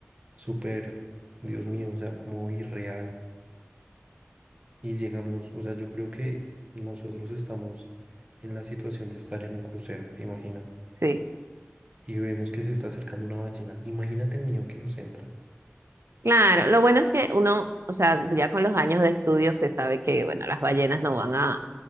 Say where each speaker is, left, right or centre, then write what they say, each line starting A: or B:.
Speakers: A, on the right (about 30°); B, on the right (about 75°).
A: súper, Dios mío, o sea, como irreal. y llegamos, o sea, yo creo que nosotros estamos en la situación de estar en un crucero, imagínate,
B: sí.
A: y vemos que se está acercando una ballena, imagínate el miedo que nos entra.
B: Claro, lo bueno es que uno, o sea, ya con los años de estudio se sabe que, bueno, las ballenas no van a